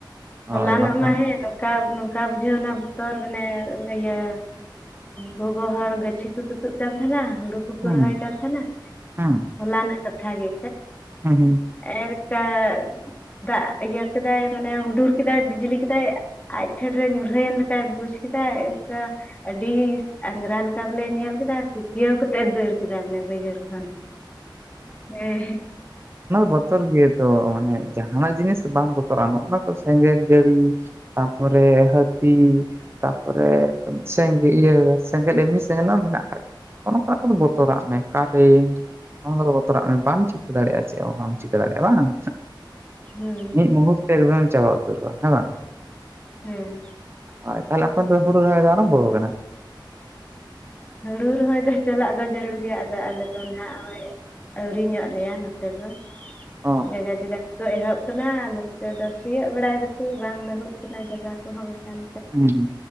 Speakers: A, on the right; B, on the left.
A: ᱦᱳᱭ
B: ᱦᱚᱞᱟᱱᱚᱜ
A: ᱵᱟᱝᱠᱷᱟᱱ
B: ᱢᱟ ᱦᱮᱸ ᱠᱟ ᱱᱚᱝᱠᱟ ᱵᱩᱡᱷᱟᱹᱣᱱᱟ ᱵᱚᱛᱚᱨ ᱢᱟᱱᱮ ᱤᱭᱟᱹ ᱜᱚᱜᱚ ᱦᱚᱲ ᱜᱟᱹᱪᱷᱤ ᱠᱚ ᱛᱩᱛᱩᱫ ᱠᱟᱱ ᱛᱟᱦᱮᱱᱟ ᱦᱩᱲᱩ ᱦᱩᱲᱩ ᱠᱚ
A: ᱦᱩᱸ
B: ᱨᱚᱦᱚᱭ ᱠᱟᱱ ᱛᱟᱦᱮᱱᱟ
A: ᱦᱩᱸ
B: ᱦᱚᱞᱟᱱᱟᱜ ᱠᱟᱛᱷᱟ ᱜᱮ
A: <unintelligible>
B: ᱮᱨᱠᱟ ᱫᱟᱜ ᱤᱭᱟᱹ ᱠᱮᱫᱟᱭ ᱢᱟᱱᱮ ᱦᱩᱰᱩᱨ ᱠᱮᱫᱟᱭ ᱵᱤᱡᱽᱞᱤ ᱠᱮᱫᱟᱭ ᱟᱡ ᱯᱷᱷᱮᱰᱨᱮ ᱧᱩᱨᱦᱟᱹᱭᱮᱱ ᱞᱮᱠᱟᱭ ᱵᱩᱡ ᱠᱮᱫᱟᱭ ᱥᱮ ᱟᱹᱰᱤ ᱟᱸᱜᱨᱟ ᱞᱮᱠᱟ ᱵᱚᱞᱮ ᱧᱮᱞ ᱠᱮᱫᱟ ᱠᱤᱠᱤᱭᱟᱹᱣ ᱠᱟᱛᱮᱫ ᱫᱟᱹᱲ ᱠᱮᱫᱟ ᱵᱟᱹᱭᱦᱟᱹᱲ ᱦᱮᱸ ᱦᱮᱸ
A: ᱵᱚᱛᱚᱨ ᱜᱮ ᱛᱚ ᱢᱟᱱᱮ ᱡᱟᱦᱟᱱᱟᱜ ᱡᱤᱱᱤᱥ ᱵᱟᱢ ᱵᱚᱛᱚᱨᱚᱜᱼᱟ ᱱᱚᱜᱼᱚᱱᱟ ᱛᱚ ᱥᱮᱸᱜᱮᱞ ᱡᱟᱹᱲᱤ, ᱛᱟᱯᱚᱨᱮ ᱦᱟᱛᱤ, ᱛᱟᱯᱚᱨᱮ ᱥᱮᱸᱜᱮᱞ ᱤᱭᱟᱹ ᱥᱮᱸᱜᱮᱞ ᱮᱢᱱᱤ ᱥᱮᱸᱜᱮᱞ ᱢᱟ ᱢᱮᱱᱟᱜ ᱟᱠᱟᱫ ᱚᱱᱠᱟᱱᱟᱜ ᱠᱚᱫᱚ ᱵᱚᱛᱚᱨᱟᱜ ᱢᱮ ᱠᱟᱨᱮᱱᱴ ᱚᱱᱟ ᱠᱚᱫᱚ ᱵᱚᱛᱚᱨᱟᱜ ᱢᱮ ᱵᱟᱢ ᱪᱤᱠᱟᱹ ᱪᱤᱠᱟᱹ ᱫᱟᱲᱮᱭᱟᱜᱼᱟ ᱪᱮᱫ ᱦᱚᱸ ᱵᱟᱢ ᱪᱤᱠᱟᱹ ᱫᱟᱲᱮᱭᱟᱜᱼᱟ ᱵᱟᱝ
B: ᱦᱩᱸ
A: ᱢᱤᱫ
B: ᱦᱩᱸ
A: ᱢᱩᱦᱩᱨ ᱛᱮ ᱮᱠᱫᱚᱢᱮᱢ ᱪᱟᱵᱟ ᱩᱛᱟᱹᱨᱚᱜᱼᱟ ᱦᱮᱸ ᱵᱟᱝ?
B: ᱦᱮᱸ᱾
A: ᱦᱚᱭ ᱛᱟᱦᱚᱞᱮ ᱟᱯᱮ ᱚᱱᱛᱮ ᱫᱚ ᱦᱩᱲᱩ ᱨᱚᱦᱚᱭ ᱫᱚ ᱟᱨᱚᱢᱵᱚ ᱠᱟᱱᱟ?
B: ᱦᱩᱲᱩ ᱨᱚᱦᱚᱭ ᱫᱚ ᱪᱟᱞᱟᱜ ᱫᱚ ᱡᱟᱹᱨᱩᱲ ᱜᱮᱭᱟ, ᱟᱫᱚ ᱟᱞᱮ ᱫᱚ ᱱᱟ ᱦᱟᱸᱜ ᱱᱚᱜ-ᱚᱭ ᱟᱹᱣᱨᱤ ᱧᱚᱜ ᱞᱮᱭᱟ ᱱᱚᱛᱮ ᱫᱚ
A: ᱚ
B: ᱡᱟᱜᱟ ᱡᱟᱜᱟ ᱠᱚ ᱮᱦᱚᱵ ᱠᱟᱱᱟ ᱱᱚᱛᱮ ᱫᱚ ᱥᱤᱭᱳᱜ ᱵᱟᱲᱟᱭ ᱫᱟᱠᱩ ᱵᱟᱝ ᱞᱟᱹᱦᱩᱫ ᱠᱟᱱᱟ ᱡᱟᱭᱜᱟ ᱠᱚᱦᱚᱸ ᱚᱱᱠᱟᱱ᱾
A: ᱦᱩᱸ ᱦᱩᱸ